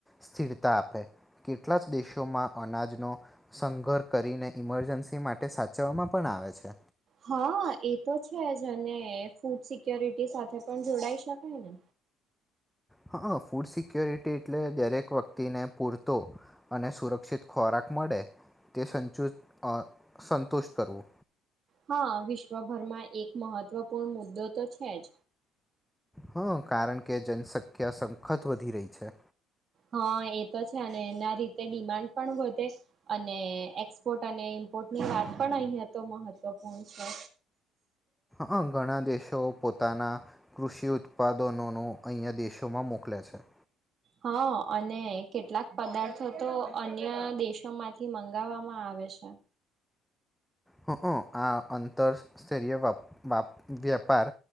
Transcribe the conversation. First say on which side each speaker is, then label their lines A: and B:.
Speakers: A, in the centre; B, on the right.
A: સ્થિરતા આપે કેટલા જ દેશોમાં અનાજનો સંઘર્હ કરીને ઈમરજન્સી માટે સાચવવામાં પણ આવે છે.
B: હા એ તો છે જ અને ફૂડ સિક્યોરિટી સાથે પણ જોડાઈ શકાય ને.
A: હા ફૂડ સિક્યુરિટીટે એટલે દરેક વ્યક્તિને પૂરતો અને સુરક્ષિત ખોરાક મળે તે સંચુ અ સંતુષ્ટ કરવો.
B: હા વિશ્વભરમાં એક મહત્વપૂર્ણ મુદ્દો તો છે જ.
A: હ કારણ કે જનસંખ્યા સખત વધી રહી અ છે.
B: હા એ તો છે અને એના રીતે ડિમાન્ડ પણ વધે અને એક્સપોર્ટ અને ઇમ્પોર્ટની વાત પણ અહિયાં તો મહત્વપૂર્ણ છે.
A: હ ઘણા દેશો પોતાના કૃષિ ઉત્પાદનોનું અહીંયા દેશોમાં મોકલે છે.
B: હા અને કેટલાક પદાર્થો તો અન્ય દેશોમાંથી મંગાવવામાં આવે છે
A: હ આ અંતરસ્તરીય વેપાર